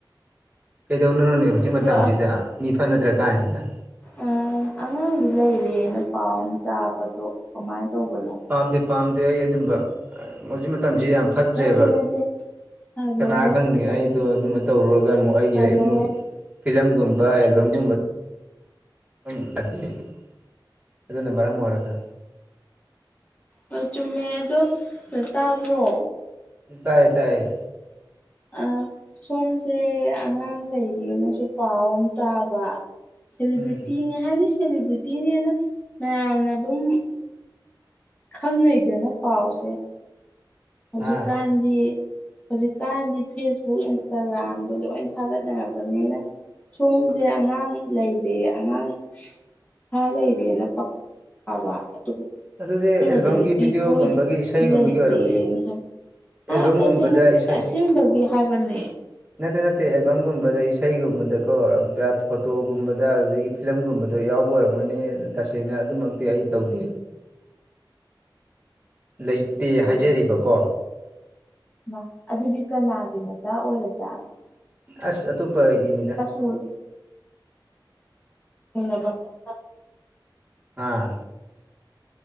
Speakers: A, on the right (about 20°); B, on the left (about 20°).
A: ꯀꯩꯗꯧꯅꯔꯨꯅꯤ ꯍꯧꯖꯤꯛ ꯃꯇꯝꯖꯤꯗ
B: ꯑꯗꯣ
A: ꯃꯤ ꯐꯠꯅꯗ꯭ꯔ ꯀꯥꯟꯖꯤꯗ
B: ꯑ ꯑꯉꯥꯡꯗꯤ ꯂꯩꯔꯦꯅ ꯄꯥꯎ ꯑꯝ ꯇꯥꯕ ꯗꯣ ꯀꯃꯥꯏꯟ ꯇꯧꯕꯅꯣ
A: ꯄꯥꯝꯗꯦ ꯄꯥꯝꯗꯦ ꯑꯩ ꯑꯗꯨꯝꯕ ꯍꯧꯖꯤꯛ ꯃꯇꯝꯖꯦ ꯌꯥꯝ ꯐꯠꯇ꯭ꯔꯦꯕ
B: ꯅꯠꯇꯦ ꯅꯠꯇꯦ ꯍꯜꯂꯣ
A: ꯀꯅꯥ ꯈꯪꯅꯤ ꯑꯩ ꯇꯣ ꯑꯗꯨꯝꯃ ꯇꯧꯔꯨꯔꯒ ꯑꯃꯨꯛ ꯑꯩꯒꯤ
B: ꯍꯜꯂꯣ
A: ꯑꯃꯨꯛ ꯐꯤꯂꯝꯒꯨꯝꯕ ꯑꯦꯜꯕꯝꯒꯨꯝꯕ ꯎꯝ <unintelligible> ꯑꯗꯨꯅ ꯃꯔꯝ ꯑꯣꯏꯔꯒ
B: ꯍꯣꯏ ꯆꯨꯝꯃꯦ ꯑꯗꯣ ꯗ ꯇꯥꯕ꯭ꯔꯣ
A: ꯇꯥꯏꯌꯦ ꯇꯥꯏꯌꯦ
B: ꯑ ꯁꯣꯝꯁꯦ ꯑꯉꯥꯡ ꯂꯩꯔꯦꯉꯁꯨ ꯄꯥꯎ ꯑꯝ ꯇꯥꯕ ꯁꯦꯂꯤꯕ꯭ꯔꯤꯇꯤꯅꯦ
A: ꯎꯝ
B: ꯍꯥꯏꯗꯤ ꯁꯦꯂꯤꯕ꯭ꯔꯤꯇꯤꯅꯦꯅ ꯃꯌꯥꯝꯅ ꯑꯗꯨꯝ ꯈꯪꯅꯩꯗꯅ ꯄꯥꯎꯁꯦ ꯍꯧꯖꯤꯛꯀꯥꯟꯗꯤ
A: ꯍꯥ
B: ꯍꯧꯖꯤꯛꯀꯥꯟꯗꯤ ꯐꯦꯁꯕꯨꯛ ꯏꯟꯁꯇꯥꯒ꯭ꯔꯥꯝꯗ ꯂꯣꯏ ꯊꯥꯒꯠꯅꯔꯕꯅꯤꯅ ꯁꯣꯝꯖꯦ ꯑꯉꯥꯡ ꯂꯩꯔꯦ ꯑꯉꯥꯡ <unintelligible> ꯂꯩꯔꯦꯅ ꯄꯥꯎ <unintelligible>
A: ꯑꯗꯨꯗꯤ
B: ꯅꯗꯤ
A: ꯑꯦꯜꯕꯝꯒꯤ
B: ꯅꯨꯄꯤ
A: ꯚꯤꯗꯤꯑꯣꯒꯨꯝꯕꯒꯤ
B: ꯀꯣꯏꯗꯦ ꯅꯨꯄꯤ
A: ꯏꯁꯩꯒꯨꯝꯕꯒꯤ
B: ꯂꯩꯇꯦꯅ
A: ꯑꯣꯏꯔ
B: <unintelligible> ꯑ
A: ꯑꯦꯜꯕꯝꯒꯨꯝꯕꯗ
B: ꯅꯠꯇꯦ ꯅꯠꯇꯦ
A: ꯏꯁꯩ
B: ꯑꯁꯦꯡꯕꯒꯤ ꯍꯥꯏꯕꯅꯦ
A: ꯅꯠꯇꯦ ꯅꯠꯇꯦ ꯑꯦꯜꯕꯝꯒꯨꯝꯕꯗ ꯏꯁꯩꯒꯨꯝꯕꯗꯀꯣ <unintelligible> ꯐꯣꯇꯣꯒꯨꯝꯕꯗ ꯑꯗꯨꯗꯒꯤ ꯐꯤꯂꯝꯒꯨꯝꯕꯗ ꯌꯥꯎꯕ ꯑꯣꯏꯔꯝꯒꯅꯤ ꯇꯁꯦꯡꯅ ꯑꯗꯨꯃꯛꯇꯤ ꯑꯩ ꯇꯧꯗꯦ ꯂꯩꯇꯦ ꯍꯥꯏꯖꯔꯤꯕꯀꯣ
B: ꯃꯥ ꯃꯥ ꯑꯗꯨꯗꯤ ꯀꯅꯥꯒꯤ ꯃꯆꯥ ꯑꯣꯏꯔꯖꯥꯅꯣ
A: ꯑꯁ ꯑꯇꯣꯞꯄꯒꯤꯅꯤ
B: <unintelligible> <unintelligible> ꯕ
A: ꯑꯥ